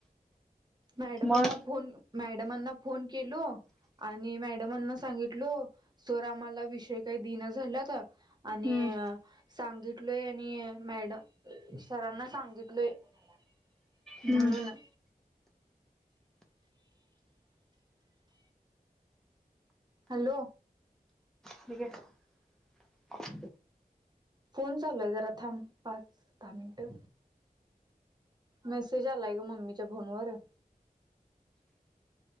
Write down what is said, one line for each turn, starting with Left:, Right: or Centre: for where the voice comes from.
Right: मॅडमांना
Centre: मग
Right: फोन मॅडमांना फोन केलो आणि मॅडमना सांगित लो सर विषय काही दिन झालाता. आणि
Centre: हम्म
Right: सांगितलय आणि मॅडम सरांना सांगितलय. बोल
Centre: हम्म
Right: ना. हॅलो
Centre: ठीक आहे
Right: फोन चालूय जरा थांब पाच दहा मिनिटं. मेसेज आलाय ग मम्मीच्या फोन वरून.